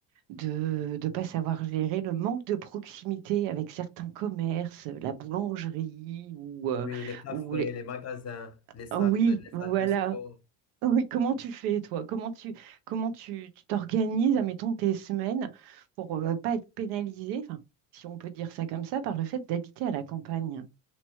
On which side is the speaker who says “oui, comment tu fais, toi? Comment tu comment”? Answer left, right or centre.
Right